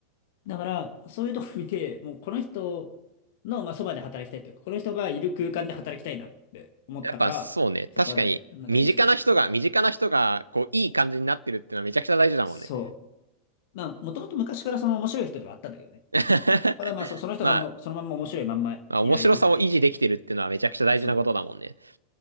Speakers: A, on the left (about 50°); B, on the right (about 80°).
A: だから、そういうとこ見て、もうこの人の、まあ、そばで働きたいというか、この人がいる空間で働きたいなって思ったから、
B: やっぱそうね。確かに、
A: そこは第、まあ、
B: 身近な人が、
A: 第一かな。
B: 身近な人が、こう、いい感じになってるってのはめちゃくちゃ大事だもんね。
A: そう。まあ、もともと昔からその面白い人ではあったんだけどね。
B: <laughs>
A: ただまあ、そ、その人がもうそのまんま面白いまんまいられるっていう。
B: まあ、まあ面白さを維持できてるっていうのはめちゃくちゃ大事なことだもんね。
A: そう。